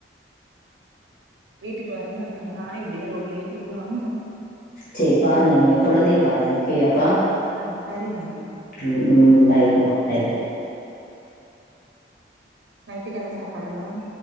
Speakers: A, on the right; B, on the left.
A: வீட்டுக்கு வர மாட்டாங்களா இப்படியே ரோட்லயே திரிவாங்களா
B: செரி பாருங்க நீங்க குழந்தைய பாருங்க ஓகோ ஆப்பா
A: ஆ சரிங்க மேம்
B: ம் ம் பாய்மா பாய் பாய்
A: நைட்டுக்கு என்ன சாப்பாடு மேம்